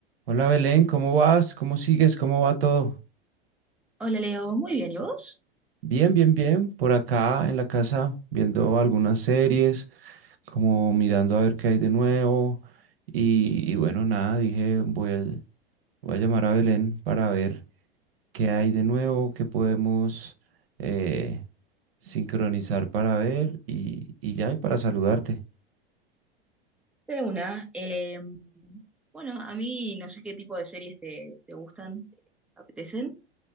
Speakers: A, on the right; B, in the centre.
A: Hola Belén, ¿cómo vas? ¿Cómo sigues? ¿Cómo va todo?
B: Hola Leo, muy bien, ¿y vos?
A: Bien, bien, bien. Por acá en la casa viendo algunas series, como mirando a ver qué hay de nuevo. Y, y bueno, nada, dije, voy al- voy a llamar a Belén para ver qué hay de nuevo, qué podemos eh, sincronizar para ver y, y ya, y para saludarte.
B: De una. eh, bueno, a mí no sé qué tipo de series te, te gustan, te apetecen.